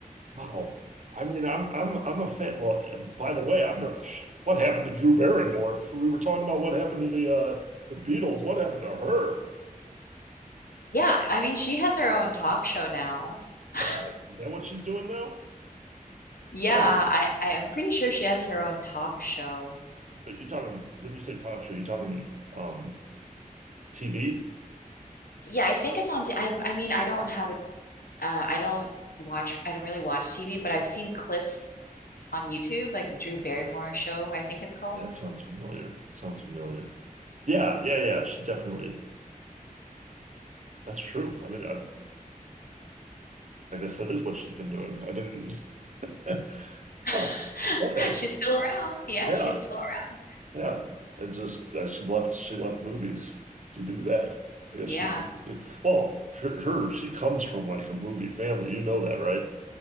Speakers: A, on the right; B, on the left.
A: Wow. I mean, I'm I'm I'm a fan. Well, and by the way, I'm not, what happened to Drew Barrymore? So we were talking about what happened to the uh the Beatles. What happened to her?
B: Yeah, I mean, she has her own talk show now. <laughs>
A: Okay, is that what she's doing now?
B: Yeah,
A: Oh,
B: I I am pretty sure she has her own talk show.
A: but you're talking when you say talk show, you're talking um TV?
B: Yeah, I think it's on. t- I I mean, I don't have a. Uh, I don't watch. I don't really watch TV, but I've seen clips on YouTube, like the Drew Barrymore show. I think it's called.
A: That sounds familiar. Sounds familiar. Yeah, yeah, yeah. She definitely. That's true. I mean, I, I guess that is what she's been doing. I didn't. <laughs>
B: <laughs>
A: Huh. Okay.
B: She's still around. Yeah,
A: Yeah.
B: she's still around.
A: Yeah, it's just uh, she left. She left movies to do that. I guess
B: Yeah.
A: she doesn't. she- Well, her, her she comes from like a movie family. You know that, right?